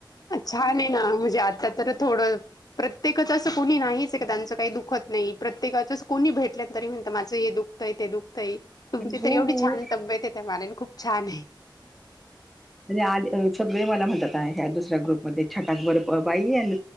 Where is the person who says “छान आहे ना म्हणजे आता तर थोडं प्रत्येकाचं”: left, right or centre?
Left